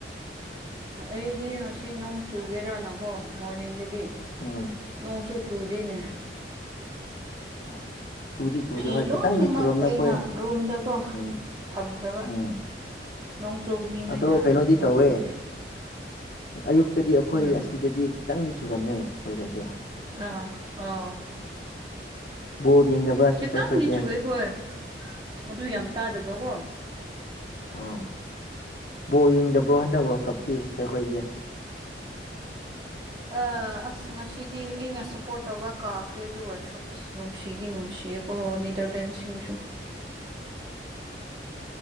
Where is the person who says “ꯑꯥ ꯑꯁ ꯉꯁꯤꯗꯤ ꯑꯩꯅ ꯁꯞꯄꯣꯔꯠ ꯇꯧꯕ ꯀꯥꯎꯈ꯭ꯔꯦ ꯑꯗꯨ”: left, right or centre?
Right